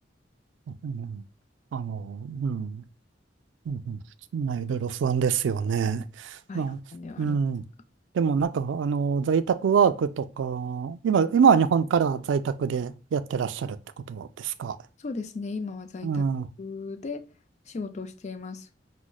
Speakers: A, on the right (about 75°); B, on the left (about 40°).
A: うん、あの、うん、うんね、いろいろ不安ですよね。
B: はい、
A: まあ、
B: 不安ではあります。
A: うん。でもなんか、あの、在宅ワークとか、今、今は日本から在宅でやってらっしゃるってことですか。
B: そうですね。今は在宅で仕事をしています。
A: うん、う